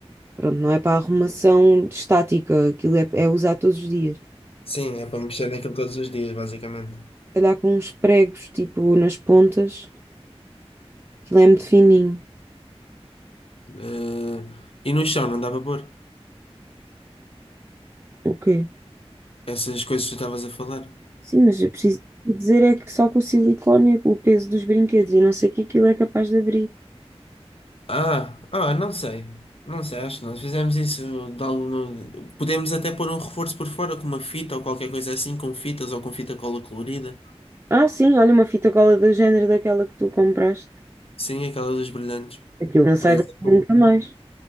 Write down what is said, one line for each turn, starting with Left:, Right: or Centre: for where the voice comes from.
Right: pronto, não é para arrumação estática, aquilo é, é usar todos os dias.
Left: Sim, é para mexer naquilo todos os dias, basicamente.
Right: calhar com uns pregos, tipo, nas pontas. Aquilo é muito fininho.
Left: Eh, e no chão, não dava para pôr.
Right: O quê?
Left: Essas coisas que tu estavas a falar.
Right: Sim, mas eu preciso dizer é que só com o silicone, o peso dos brinquedos e não sei o que aquilo é capaz de abrir.
Left: Ah, ah, não sei. Não sei, acho que nós fizemos isso de algum... Podemos até pôr um reforço por fora com uma fita ou qualquer coisa assim, com fitas ou com fita cola colorida.
Right: Ah, sim, olha uma fita cola do género daquela que tu compraste.
Left: Sim, aquela dos brilhantes,
Right: Aquilo não sai
Left: por exemplo.
Right: daqui nunca mais.